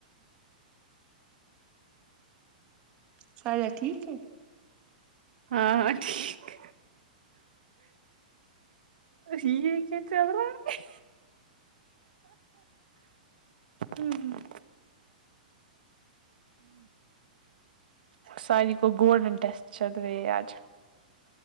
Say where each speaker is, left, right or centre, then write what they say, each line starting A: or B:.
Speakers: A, on the right; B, on the right.
A: سایا ٹھیک ہے
B: ہاں ہاں ٹھیک یہ کیا چلرا ہے ہمم ہوں ساریی کو گولڈن ٹیسٹ چل رے آج